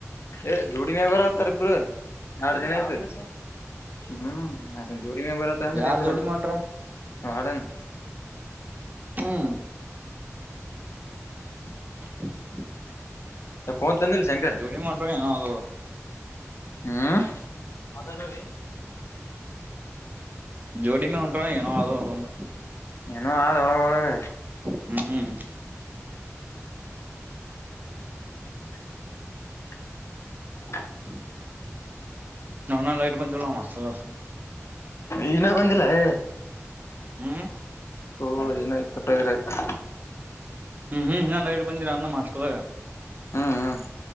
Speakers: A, on the left (about 60°); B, on the right (about 35°).
A: ಏ ಜೋಡಿಿನ ಬರತಾರ ಇಬ್ಬರು ಎರಡೂ ದಿನ ಆಯ್ತು ಹ್ಮ್ ಜೋಡಿ ಮೆ ಬರತ್ತ ಅಂದ್ರ
B: ಯಾರ್
A: ಇಬ್ಬರು
B: ಜೋಡಿ ಮಾಡ್ರ
A: ವಾರ್ಡನ್
B: ಹ್ಮ್ <inaudible>
A: ಫೋನ್ ತಂದಿಲ್ಲ ಶಂಕರ್
B: ಜೋಡಿ <unintelligible> ಏನ ಅದು.
A: ಹ್ಮ್ ಮಾತಾಡ್ಬೇರಿ.
B: ಜೋಡಿ ಮೇ
A: <inaudible>
B: ಹೊಂಟ್ರ ಏನೋ ಅದು ಒಂದ
A: ಏನೋ ಆದಒಳಗ ಒಳಗ
B: ಹ್ಮ್
A: <inaudible>
B: <inaudible> ನಾ ನ ಲೈಟ್ ಬಂದಿಲ್ಲ ಮಸ್ತ
A: ಇನ್ನ ಬಂದಿಲ್ಲ ಏಏಏಏ
B: ಹ್ಮ್
A: ಓ ಏನಾಯ್ತ ತಪ್ಪ ಇದ್ರೆ್ತ
B: ಹ್ಮ್ ಹ್ಮ್ ಹೀನ ಲೈಟ್ ಬಂದಿಲ್ಲ ನಮ್ಮ ಹಾಸ್ಟೆಲ್ದಾಗ
A: ಹ್ಮ್ ಹ್ಮ್